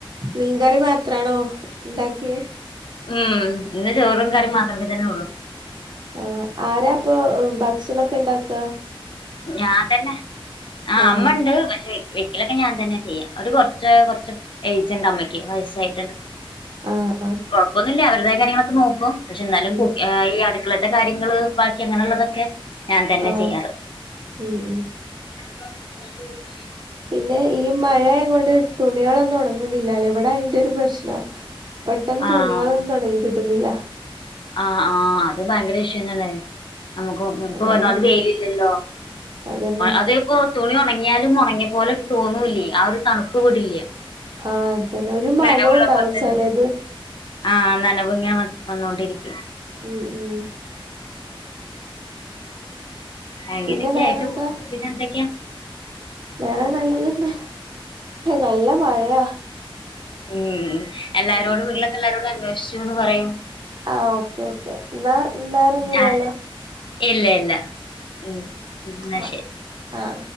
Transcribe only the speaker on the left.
ഉം ഇന്ന് ചോറും കറിം മാത്രക്കെ തന്നെള്ളു
ഞാൻ തന്നെ ആ
അമ്മണ്ട് പക്ഷെ എലൊക്കെ ഞാൻ തന്നെ ചെയ്യാം ഒരു കുറച്ച് കൊറച്ച് ഏജ് ഉണ്ട് അമ്മക്ക് വയസ്സായിട്ട്ണ്ട്
കൊഴപ്പൊന്നുല്ല അവരതായ് കാര്യങ്ങളൊക്കെ നോക്കും പക്ഷെ ന്നാലും
<unintelligible> ത്തെ കാര്യങ്ങള് ബാക്കി അങ്ങനെള്ളതൊക്കെ ഞാൻ തന്ന
ചെയ്യാറ്
ആ
ആഹ്
ആഹ് ആഹ അത് ഭയങ്കര വിഷയന്നല്ലേ നമുക്ക് ഇപ്പൊ
വല്ലാതെ വെയിലില്ലല്ലോ
അതുപ്പോ തുണി ഉണങ്ങിയാലും ഉണങ്ങിട്ട് അത്പോലെ തോന്നൂല്ലേ. ആ ഒരു തണുപ്പ് വിടില്ല.
നനവുള്ള
പോലെ തന്നെ
ആഹ നനവിങ്ങനെ വന്നുകൊണ്ടിരിക്കും.
അങ്ങനെയൊക്കെയ
ആയിട്ട് പോന്നു പിന്നെ എന്തൊക്കെയാ
ഉം എല്ലാരോടും
ഉരുളൊക്കെ എല്ലാരോടും <unintelligible> പറയും
ആഹ് ഇല്ല ഇല്ല ഉം ഉം എന്ന
ശെരി